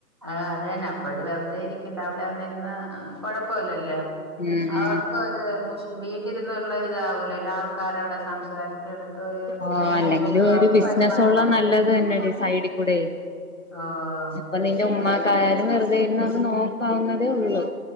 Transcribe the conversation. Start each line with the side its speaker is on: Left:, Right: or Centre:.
Right: ആ അതെന്നെ അപ്പഴ് വെറുതെ ഇരിക്കണ്ട അവിടെ വന്നിരുന്ന കൊഴൊപ്പോല്ലല്ലോ.
Left: ഉം
Right: അവർക്ക്
Left: ഉം
Right: ഒര് മുഷിപ്പ വീട്ടിലിര്ന്നൊള്ളര്താവൂലല്ലൊ ആൾക്കാരോടെ സംസാരിച്ചേടത്ത്
Left: ഓഹ്
Right: നേരമ്പോക്കും
Left: അല്ലെങ്കിലും ഒരു
Right: ആവും
Left: ബിസിനസ്
Right: വരുമാനും
Left: ഉള്ള
Right: ആവും
Left: നല്ലത് തന്നെടി സൈഡിക്കുടെയ്
Right: ആഹ്
Left: അപ്പൊ നിന്റെ ഉമ്മാ ക്കായാലും വെറുതെ ഇര്ന്നൊന്ന് നോക്കാവുന്നതേ ഉള്ളു.